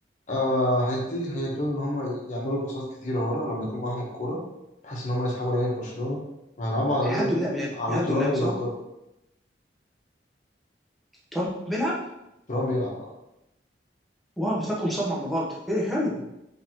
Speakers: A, on the left (about 45°); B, in the centre.
A: آه هنبتدي هيبتدوا ان هم يعملوا باصات كتيره ورا لما يكون معاهم الكوره بحيث ان هم يسحبوا لعيبه برشلونه وهيلعبوا على
B: هيهدوا
A: اللونج
B: اللعب
A: بول
B: يعني
A: على
B: هيهدوا
A: توران
B: اللعب
A: ولو
B: صح؟
A: تورو
B: ترامب بيلعب
A: توران بيلعب اه
B: واو كنت فاكره مصاب مع بافارد ايه حلو